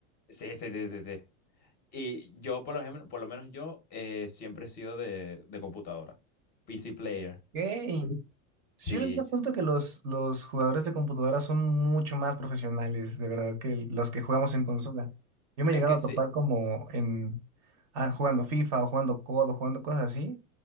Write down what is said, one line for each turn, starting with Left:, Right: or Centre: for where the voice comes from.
Left: sí, sí, sí, sí, sí. Y yo, por ejemplo, por lo menos yo eh, siempre he sido de, de computadora. PC player.
Right: Ok.
Left: Sí.
Right: Sí, hoy en día siento que los, los jugadores de computadora son mucho más profesionales, de verdad, que los que jugamos en consola. Yo me
Left: Es
Right: he llegado
Left: que
Right: a
Left: sí.
Right: topar como en ah, jugando FIFA o jugando COD o D o jugando cosas así.